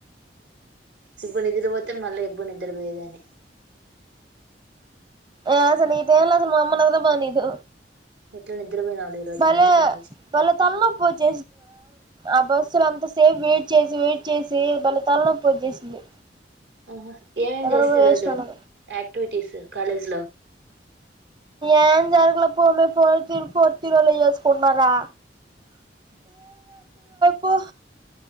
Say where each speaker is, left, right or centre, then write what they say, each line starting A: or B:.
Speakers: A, on the right (about 70°); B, on the right (about 25°).
A: ఇబ్బడు నిద్రపోతే మళ్ళా ఇబ్బ నిద్రపోయేదని
B: ఏ అసలు ఈ టైంలో అసలు మా అమ్మ నిద్ర పోనియదు
A: ఎట్లా నిద్రపోయినావులే ఈ రోజు
B: భలే
A: మంచి పని చేసినవ్
B: భలే తల నొప్పి వచ్ ఆ బస్సులు అంతా సేపూ వెయిట్ చేసి వెయిట్ చేసి భలే తలనొప్పి వచ్చేసింది
A: ఆహా ఏమేం
B: నిద్రపోయేసినాను
A: చేసింది రోజు యాక్టివిటీస్ కాలేజ్ లో
B: ఏమ్ జారుగాలే పోమే పో తరు ఫోర్ ఇయర్ వాళ్లే చేసుకున్నారా పో